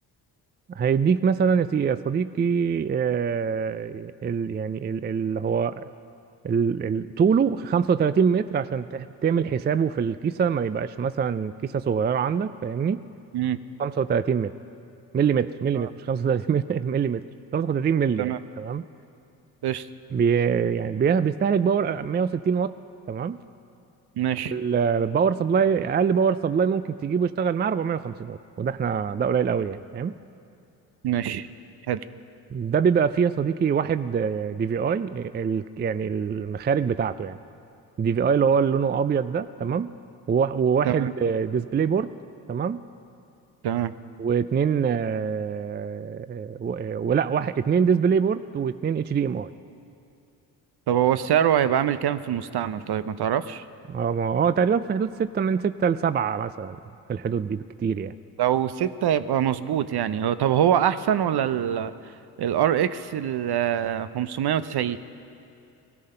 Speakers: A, on the right; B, on the right.
A: هيديك مثلا يا سي- يا صديقي آه ال يعني ال- اللي هو ال- ال- طوله 35 متر عشان تح- تعمل حسابه في الكيسه ما يبقاش مثلا كيسه صغيره عندك فاهمني
B: امم
A: 35 ملي متر ملي
B: تمام
A: متر مش 35 ملي متر 35 <laughs> ملي
B: تمام
A: يعني تمام
B: قشطة
A: بي يعني بي بيستهلك باور 160 واط تمام
B: ماشي
A: الباور سبلاي اقل باور سبلاي ممكن تجيبه يشتغل معاه 450 واط وده احنا ده قليل قوي يعني فاهم
B: ماشي حلو
A: ده بيبقى فيه يا صديقي واحد دي في اي يعني المخارج بتاعته يعني دي في اي اللي هو اللي لونه ابيض ده تمام ووا- وواحد
B: تمام
A: ديسبلاي بورد تمام
B: تمام
A: واتنين آه، آه، و- آه، ولا واحد اتنين ديسبلاي بورد واتنين اتش دي ام اي
B: طب هو السعر هيبقى عامل كام في المستعمل طيب ما تعرفش
A: اه ما هو آه، تقريبا في حدود ستة من ستة لسبعة مثلا في الحدود دي بكتير يعني
B: لو ستة هيبقى مظبوط يعني هو طب هو أحسن ولا ال ال RX ال 590